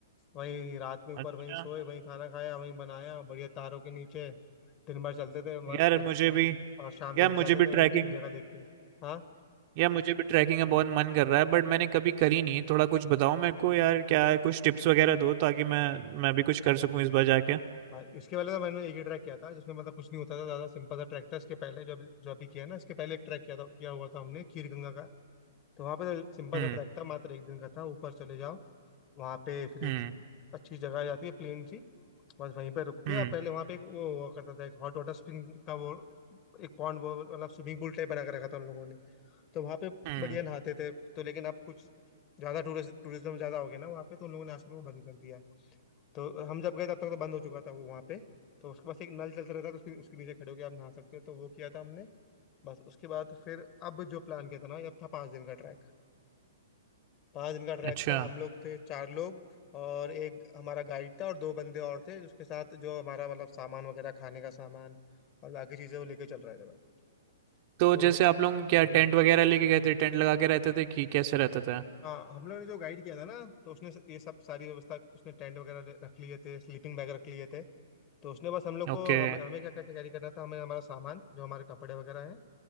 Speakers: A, on the left; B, on the right.
A: वहीं रात में ऊपर
B: अच्छा
A: वहीं सोए वहीं खाना खाया वहीं बनाया बढ़िया तारों के नीचे दिन भर चलते थे
B: यार
A: मस्त औ-
B: मुझे भी
A: और शाम
B: यार
A: को रुक
B: मुझे
A: जाते
B: भी
A: थे भाई
B: ट्रैकिंग
A: तीन जगह देख के हाँ
B: यार मुझे भी ट्रैकिंग का बहुत मन कर रहा है बट मैंने कभी करी नहीं थोड़ा कुछ बताओ मेरे को यार क्या कुछ टिप्स वगैरह दो ताकि मैं मैं भी कुछ कर
A: हम्म
B: सकूं इस बार जाके
A: भाई इसके पहले तो मैंने एक ही ट्रैक किया था जिसमें मतलब कुछ नहीं होता था ज़्यादा सिंपल सा ट्रैक था इसके पहले जो अभी जो अभी किया है ना इसके पहले एक ट्रैक किया था किया हुआ था हमने खीर गंगा का तो वहाँ पे तो सिंपल
B: हम्म
A: सा ट्रैक था मात्र एक दिन का था ऊपर चले जाओ वहाँ पे फिर
B: हम्म
A: एक अच्छी जगह जाती है प्लेन सी बस वहीं पे रुक के
B: हम्म
A: और पहले वहाँ पे एक वो हुआ करता था एक हॉट वाटर स्प्रिंग का वो एक पॉन्ड वो मतलब स्विमिंग पूल टाइप बना के रखा था उन लोगों ने तो वहाँ पे
B: हम्म
A: बढ़िया नहाते थे तो लेकिन अब कुछ ज्यादा टूरिस्ट टूरिज्म ज्यादा हो गया ना वहाँ पे तो उन लोगों ने आजकल वो बंद कर दिया है तो हम जब गए तब तक तो बंद हो चुका था वो वहाँ पे तो उसके पास एक नल चलता रहता था तो उसके उसके नीचे खड़े होके आप नहा सकते हो तो वो किया था हमने बस उसके बाद फिर अब जो प्लान किया था ना ये अब था पाँच दिन का ट्रैक पाँच दिन का ट्रैक
B: अच्छा
A: था हम लोग थे चार लोग और एक हमारा गाइड था और दो बंदे और थे जिसके साथ जो हमारा मतलब सामान वगैरह खाने का सामान और बाकी चीजें वो लेके चल रहे थे भाई
B: तो
A: तो
B: जैसे आप लोग क्या
A: हम्म
B: टेंट वगैरह लेके गए थे टेंट लगा के रहते थे कि कैसे रहता था
A: हाँ हम लोग ने जो गाइड किया था ना तो उसने ये सब सारी व्यवस्था उसने टेंट वगैरह रख लिए थे स्लीपिंग बैग रख लिए थे तो उसने बस हम लोग को
B: ओके
A: हमें हमें क्या क्या कैरी करना था हमें हमारा सामान जो हमारे कपड़े वगैरह हैं